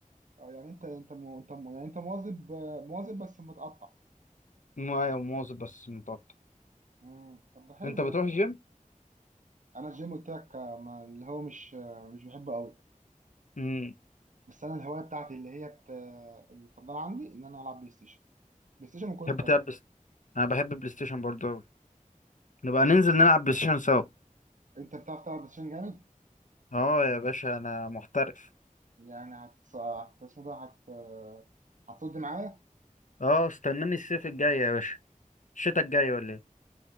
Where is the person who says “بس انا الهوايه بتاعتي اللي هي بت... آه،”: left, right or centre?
Right